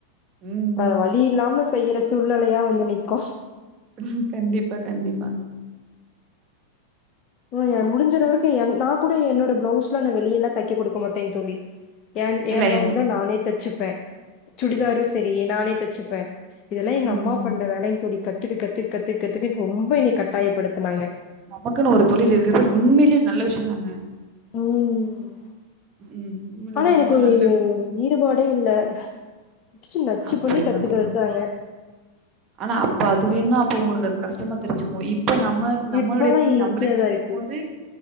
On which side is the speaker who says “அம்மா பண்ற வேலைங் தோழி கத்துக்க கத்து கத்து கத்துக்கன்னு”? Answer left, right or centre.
Left